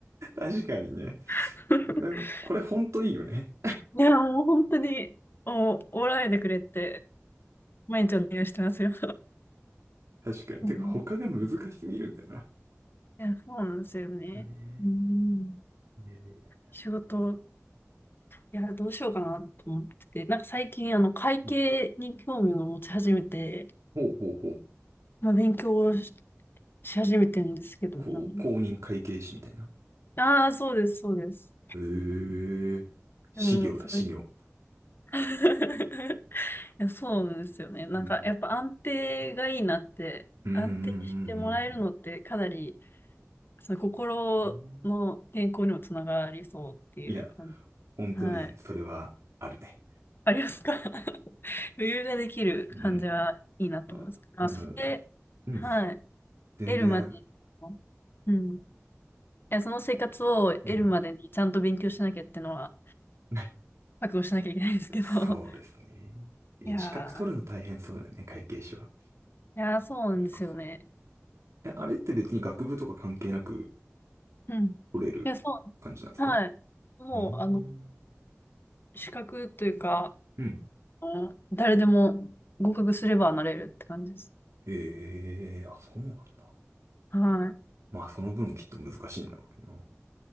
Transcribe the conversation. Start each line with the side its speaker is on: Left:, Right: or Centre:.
Right: 確かにね。
Left: <laughs>
Right: これ、これほんといいよね。
Left: いや、もう本当に、もう、おらないでくれって、毎日お願いしてますよ。
Right: 確かに。
Left: うん
Right: てか、他が難しすぎるんだよな。
Left: いや、そうなんですよね。
Right: ね
Left: うん。
Right: え。いやいやいや
Left: 仕事、いや、どうしようかなと思ってて、なんか最近、あの、会計に興味を持ち始めて、
Right: うんほうほうほう。
Left: まあ、勉強をし、し始めてるんですけども。
Right: こう、公認会計士みたいな。
Left: ああ、そうです、そうです。
Right: ええ、修行だ、
Left: でも、それ
Right: 修行。
Left: <laughs> いやそうですよね。なんか、
Right: うん。
Left: やっぱ安定がいいなって、
Right: うんうんうんうん
Left: 安定してもらえるのってかなり、その心の健康にもつながりそうっていう感じ。
Right: うん。いや、ほんとね、
Left: はい。
Right: それはあるね。
Left: ありますか <laughs> 余裕ができる感じはいいなと思います。
Right: うん。ああの、
Left: まあ、それ、
Right: うん。
Left: はい。
Right: 全然、
Left: 得るまでの、
Right: ん
Left: うん。いや、その生活を得るまでにちゃんと勉強しなきゃってのは、
Right: うん。<laughs>
Left: 覚悟しなきゃいけないですけど。
Right: そうですね。
Left: <laughs>
Right: いや、
Left: いやー、
Right: 資格取るの大変そうだよね、会計士は。
Left: いやー、そうなんですよね。
Right: それこそ。え、あれって別に学部とか関係なく
Left: うん。い
Right: 取れる
Left: や、そう。
Right: 感じなんですか
Left: はい。もう、
Right: うーん。
Left: あの、資格というか、
Right: うん。
Left: うん誰でも合格すればなれるって感じです。
Right: ええーあ、そうなんだ。
Left: はい。
Right: まあ、その分きっと難しいんだろうな。